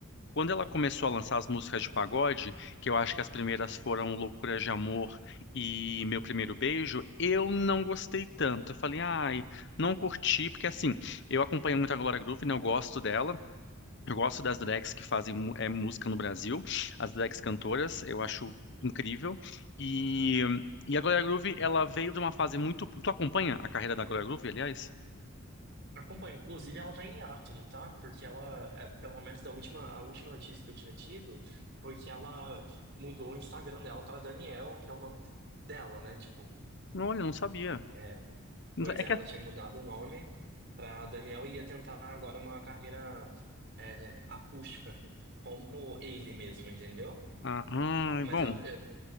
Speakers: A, on the left; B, on the right.
A: quando ela começou a lançar as músicas de pagode, que eu acho que as primeiras foram Loucuras de Amor e Meu Primeiro Beijo, eu não gostei tanto. Eu falei, ai, não curti, porque assim, eu acompanho muito a Glória Groove, né? Eu gosto dela, eu gosto das drags que fazem mu- é, música no Brasil, as drags cantoras, eu acho incrível. E, e a Glória Groove, ela veio de uma fase muito. Tu acompanha a carreira da Glória Groove, aliás?
B: Acompanho. Inclusive, ela tá em hiato, não tá? Porque ela, é, pelo menos da última, a última notícia que eu tinha tido, foi que ela mudou o Instagram dela pra Daniel, que é o nome de- dela, né? Tipo.
A: Olha, eu não sabia.
B: é
A: Não
B: Pois
A: sa- É
B: é,
A: que.
B: ela
A: a-
B: tinha mudado o nome para Daniel e ia tentar agora uma carreira é, acústica, como ele mesmo, entendeu?
A: Ah, ai,
B: Mas
A: bom.
B: eu, eu-